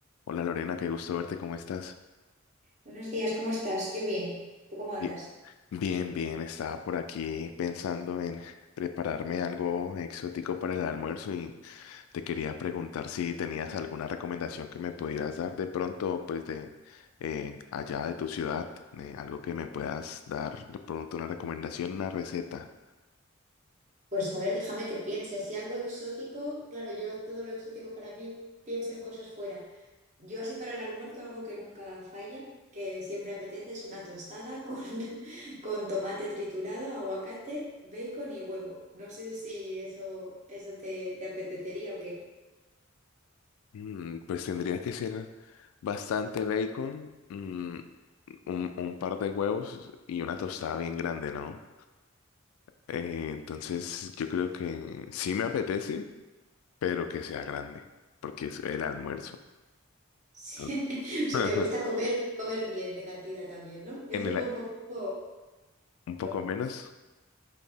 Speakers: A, on the left; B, on the right.
A: Hola Lorena, qué gusto verte, ¿cómo estás?
B: Buenos días, ¿cómo estás? Yo bien. ¿Tú cómo
A: Bi-
B: andas?
A: Bien, bien, estaba por aquí pensando en prepararme algo exótico para el almuerzo y te quería preguntar si tenías alguna recomendación que me pudieras dar de pronto, pues de eh, allá de tu ciudad, eh, algo que me puedas dar de pronto una recomendación, una receta.
B: Pues a ver, déjame que piense, así algo exótico, claro, yo todo lo exótico para mí pienso en cosas fuera. Yo así para el almuerzo algo que nunca falla, que siempre apetece es una tostada con, <laughs> con tomate triturado, aguacate, bacon y huevo. No sé si eso, eso te, te apetecería o qué. <laughs>
A: Mm, pues tendría que ser bastante bacon, mm, un, un par de huevos y una tostada bien grande, ¿no? Eh, entonces, yo creo que sí me apetece, pero que sea grande, porque es el almuerzo.
B: Sí.
A: Ajá.
B: O sea,
A: <laughs>
B: te gusta comer, comer bien de cantidad también, ¿no? Yo
A: En
B: soy
A: el,
B: con poquito conformo.
A: un poco menos,